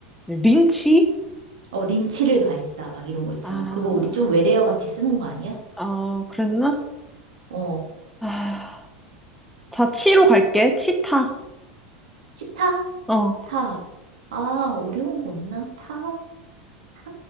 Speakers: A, in the centre; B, on the right (about 70°).
A: 린치?
B: 어, 린치를 가했다. 막 이런 거 있잖아.
A: 아.
B: 그거 우리 좀 외래어 같이 쓰는 거 아니야?
A: 어, 그랬나?
B: 어,
A: 아, 자, 치로 갈게. 치타.
B: 치타?
A: 어,
B: 타. 아, 어려운 거 없나? 타, 타,